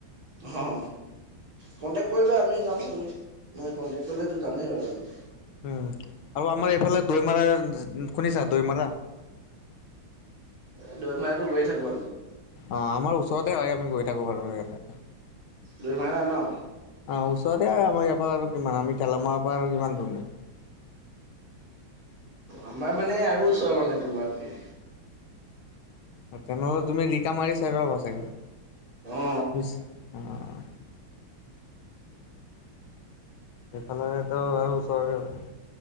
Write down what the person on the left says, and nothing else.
উম, আৰু আমাৰ এইফালে দৈমাৰা শুনিছা দৈমাৰা?
অঁ আমাৰ ওচৰতে হয় আমি গৈয়ে থাকো বাৰু ইয়ালে।
অঁ, ওচৰতে আ আমাৰ ইয়াৰ পৰা আৰু কিমান আমি তেলা মানৰ পৰা আৰু কিমান দূৰ নো।
তেনেহ'লে তুমি ৰিকামাৰি চাইডৰ হ'ব চাগে।
অহ। সেইফালৰে ত' আৰু ওচৰৰে হয়।